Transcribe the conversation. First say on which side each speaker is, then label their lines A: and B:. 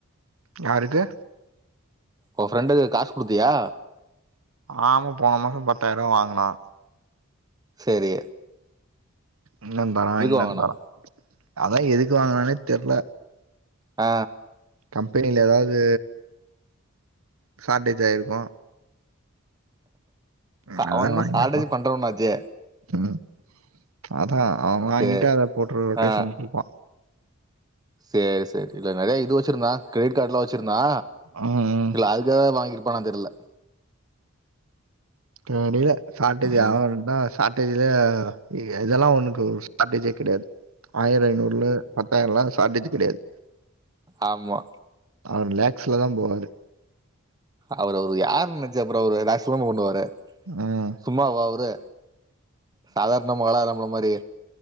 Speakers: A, on the right (about 75°); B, on the right (about 15°).
A: யாருக்கு
B: ஓ ஃப்ரெண்டுக்கு காஸ் குடுத்தியா
A: ஆமா போன மாசம் பத்தாயிர ருவா வாங்குனா
B: செரி
A: இன்னு தரான் இன்னு
B: வாங்குனா
A: தரான் அதா எதுக்கு வாங்குனான்னே தெர்ல
B: ஆ
A: கம்பெனில எதாவது சார்டேஜு ஆயிருக்கு அதுனாலதா
B: அவன்தா
A: வாங்கிருப்பா
B: சாட்டர்ஜி பண்றவனாச்சே
A: ம் அதா அவன் வாங்கிட்டு
B: சேர்
A: அத போட்டு ரொட்டேஷன்
B: ஆ
A: போப் பா
B: சேரி சேரி இல்ல நெறையா இது வச்சுருந்தா க்ரிடிட் கார்ட்ல்லா வச்சுருந்தா
A: ஆ ம்
B: இல்ல அதுக்காகவே வாங்கி இருப்பானான் தெர்ல
A: தெரியில சாட்டேஜு
B: ம்
A: அவன் இருந்தா ஷார்டேஜ்ல இதெல்லா ஒனுக்கு ஒரு ஷார்ட்டேஜே கிடையாது ஆயிரோ ஐநூறுல பத் பத்தாயிரல்லா ஷாட்டேஜு கெடையாது
B: ஆமா
A: அவரு லேக்ஸ்ல தான் போவாரு
B: அவரு அவரு யாரு நினச்ச அப்றோ அவரு லேக்ஸ்லதா‌‌ பண்ணுவாரு
A: ம்.
B: சும்மாவா அவரு சாதாரணமா ஆளா நம்ள மாதிரி